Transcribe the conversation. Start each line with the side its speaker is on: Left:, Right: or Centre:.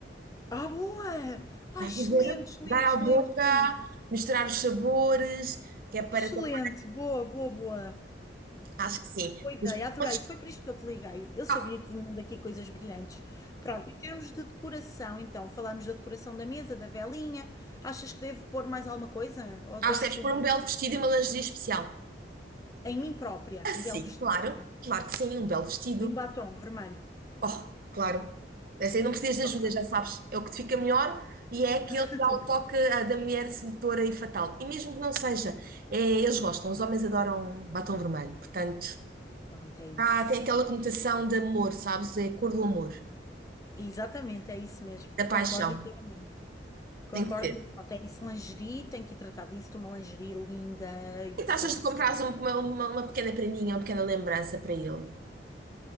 Left: Ah, boa!
Right: Estás
Left: Ai, excelente,
Right: a ver?
Left: excelente,
Right: Dar
Left: excelente,
Right: à boca,
Left: excelente.
Right: misturar os sabores, que é para
Left: Excelente,
Right: também.
Left: boa, boa, boa.
Right: Acho que sim.
Left: Boa ideia,
Right: Mas
Left: adorei.
Right: podes.
Left: Foi por isto que eu te liguei. Eu sabia
Right: Ah, <laughs>
Left: que vinham daqui coisas brilhantes. Pronto, em termos de decoração, então, falámos da decoração da mesa, da velinha. Achas que devo pôr mais alguma coisa? Ou
Right: acho
Left: deixo
Right: que deves pôr um belo vestido e uma lingerie especial.
Left: em mim própria
Right: Ah, sim,
Left: um belo vestido,
Right: claro.
Left: não é?
Right: Claro que sim, um belo vestido.
Left: E um batom vermelho.
Right: Oh, claro. Essa aí não precisas de ajuda,
Left: Ok.
Right: já sabes. É o que te fica melhor e é aquele
Left: <laughs>
Right: que
Left: Então,
Right: dá o toque ah, da mulher sedutora e fatal. E mesmo que não seja, é, eles gostam. Os homens adoram batom vermelho. Portanto,
Left: pronto, é isso.
Right: ah, tem aquela conotação de amor, sabes? É a cor do amor,
Left: Exatamente, é isso mesmo.
Right: da paixão.
Left: Concordo inteiramente. Concordo.
Right: Tem que ser.
Left: Pronto, é isso, lingerie, tenho que tratar disso, de uma lingerie linda e
Right: que
Left: sexy.
Right: taxas de comprares um- uma, uma, uma pequena prendinha, uma pequena lembrança para ele?